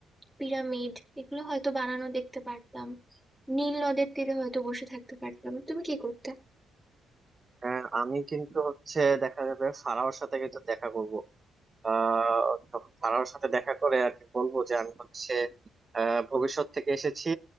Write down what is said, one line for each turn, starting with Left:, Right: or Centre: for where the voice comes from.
Centre: পিরামিড এগুলো হয়তো বানানো দেখতে পারতাম নীল নদের তীরে হয়তো বসে থাকতে পারতাম তুমি কি করতে
Right: আহ, আমি কিন্তু হচ্ছে দেখা যাবে ফারাওর সাথে কিন্তু দেখা করব আহ তখন ফারাওর সাথে দেখা করে আর কি বলবো যে আমি হচ্ছে আহ ভবিষ্যৎ থেকে এসেছি